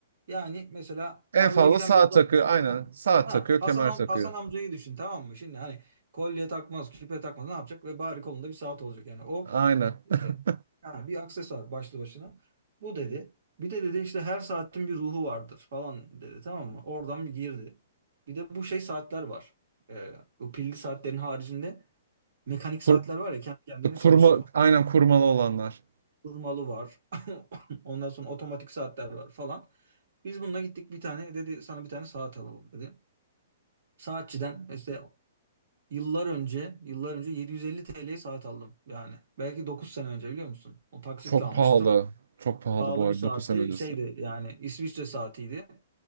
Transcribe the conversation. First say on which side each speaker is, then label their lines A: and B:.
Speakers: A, on the right; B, on the right.
A: yani mesela
B: En
A: kahveye
B: fazla
A: giden
B: saat
A: bir adam
B: takıyor.
A: düşün
B: Aynen.
A: tamam mı?
B: Saat
A: Ha,
B: takıyor,
A: Hasan
B: kemer
A: am
B: takıyor.
A: Hasan amcayı düşün tamam mı? Şimdi hani kolye takmaz, küpe takmaz ne yapacak ve bari kolunda bir saat olacak yani. O
B: Aynen.
A: e,
B: <laughs>
A: ha, bir aksesuar başlı başına. Bu dedi. Bir de dedi işte her saatin bir ruhu vardır falan dedi tamam mı? Oradan bir girdi. Bir de bu şey saatler var. E, bu pilli saatlerin haricinde Mekanik saatler
B: Kur-
A: var ya kendi kendine çalışıyor.
B: kurma, aynen kurmalı olanlar.
A: Durmalı var. <laughs> Ondan sonra otomatik saatler var falan. Biz bununla gittik bir tane dedi sana bir tane saat alalım dedi. Saatçiden işte yıllar önce yıllar önce 750 TL'ye saat aldım yani. Belki 9 sene önce biliyor musun? O taksitle
B: Çok
A: almıştım.
B: pahalı. Çok pahalı
A: Pahalı
B: bu arada
A: bir saatti.
B: 9 sene öncesi.
A: Şeydi yani İsviçre saatiydi.